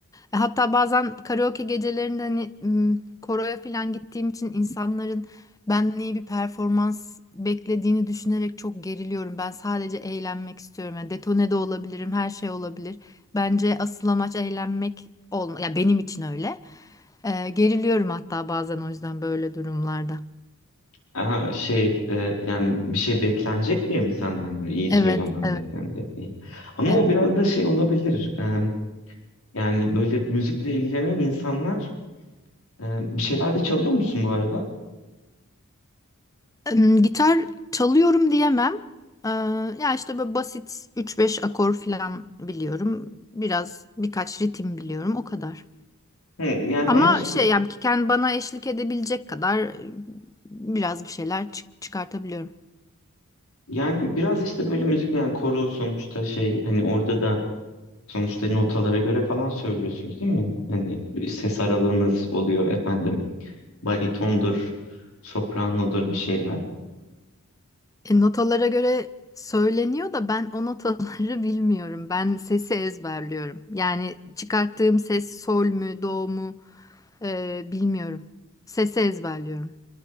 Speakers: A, on the left; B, on the left.
A: e, hatta bazen karaoke gecelerinde hani m, koroya falan gittiğim için insanların benden iyi bir performans beklediğini düşünerek çok geriliyorum. Ben sadece eğlenmek istiyorum. Yani detone de olabilirim, her şey olabilir. Bence asıl amaç eğlenmek olma. Ya benim için öyle. E, geriliyorum hatta bazen o yüzden böyle durumlarda.
B: Aha şey e, yani bir şey beklenecek diye mi senden böyle iyi
A: Evet,
B: söylemem
A: evet,
B: beklenecek diye. Ama
A: evet.
B: o biraz da şey olabilir. E, yani böyle müzikle ilgilenen insanlar e, bir şeyler de çalıyor musun bu arada?
A: Em, Gitar çalıyorum diyemem. Ee, ya işte böyle basit üç beş akor falan biliyorum. Biraz birkaç ritim biliyorum o kadar.
B: Hı, yani
A: Ama
B: ama işte
A: şey yani ki kendi bana eşlik edebilecek kadar e, biraz bir şeyler çık- çıkartabiliyorum.
B: yani biraz işte böyle müzik yani koro sonuçta şey hani orada da sonuçta notalara göre falan söylüyorsunuz değil mi? Hani ses aralığınız oluyor efendim baritondur, sopranodur bir şeyler.
A: E, notalara göre söyleniyor da ben o notaları <laughs> bilmiyorum. Ben sesi ezberliyorum. Yani çıkarttığım ses sol mü, do mu e, bilmiyorum. Sesi ezberliyorum.